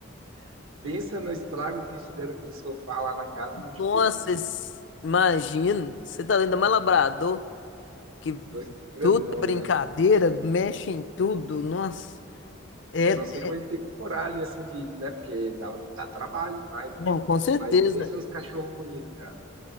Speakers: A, on the right; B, on the left.
A: <laughs> pensa no estrago que eles fizeram aquele sofá lá na casa e multiplica,
B: Nossa,
A: cara.
B: es- imagino. Você tá ainda mais labrador, que
A: Dois grandão,
B: tudo é brincadeira,
A: grandão.
B: mexe em tudo. Nossa, é.
A: Eu não sei como
B: é,
A: ele teve coragem, assim, de, né? Porque dá, dá trabalho demais, né?
B: Não, com certeza.
A: Mas pensa nos cachorros bonitos, cara.